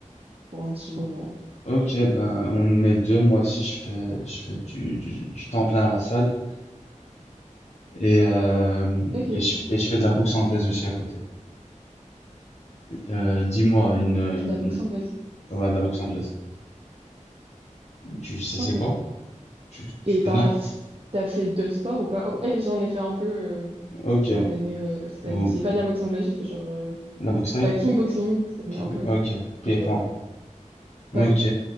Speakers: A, on the right; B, on the left.
A: pour un petit moment.
B: ok, ben on est deux. Moi aussi, je fais, je fais du, du, du temps plein à la salle et, euh,
A: Ok.
B: et, je,
A: De
B: et je fais de la boxe anglaise aussi à côté. Euh, dis-moi une, une-
A: La boxe anglaise.
B: ouais, de la boxe anglaise. Tu sais
A: Ok.
B: c'est quoi? Tu, tu
A: Et
B: connais?
A: t'en as, f- t'as fait deux sports ou pas? Ouais, j'en ai fait un peu euh,
B: Ok.
A: cette année, euh, cette
B: Ou
A: année aussi. Pas de la boxe anglaise, j'ai fait genre euh,
B: la boxe thaï?
A: euh, kickboxing cette année
B: Kick-
A: un peu.
B: Ok. Pieds-poings.
A: Donc voilà. Ouais.
B: Ok.